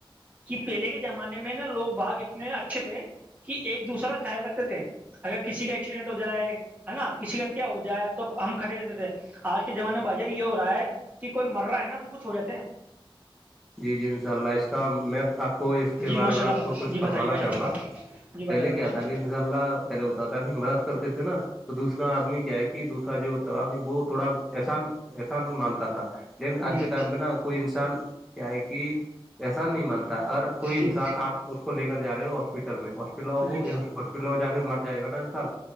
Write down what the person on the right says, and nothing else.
کہ پہلے کے زمانے میں نا لوگ باگ اتنے اچھے تھے کہ ایک دوسرا کا خیال رکھتے تھے اگر کسی کا ایکسیڈنٹ ہو جائے ہے نا کسی کا کیا ہو جائے تو ہم کھٹے رہتے تھے آج کے زمانے میں بھائی جان یہ ہو رہا ہے کہ کوئی مر رہا ہے نا تو اس کو چھوڑ دیتے ہیں
جی
ماشاء
اللہ
بتا
جی بتائیے
بھائی
جان
جی بتائیں
بتائیے
جی
جی
جی